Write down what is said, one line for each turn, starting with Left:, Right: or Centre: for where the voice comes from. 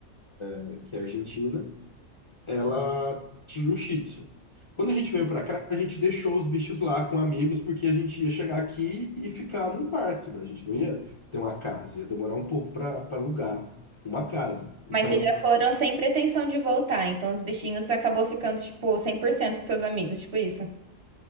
Left: né, que é argentina, ela tinha um Shih Tzu. Quando a gente veio pra cá, a gente deixou os bichos lá com amigos, porque a gente ia chegar aqui e ficar num quarto, né? A gente não ia ter uma casa, ia demorar um pouco pra pra alugar uma casa. Então.
Right: Mas vocês já foram sem pretensão de voltar, então os bichinhos acabou ficando, tipo, 100% com seus amigos, tipo isso.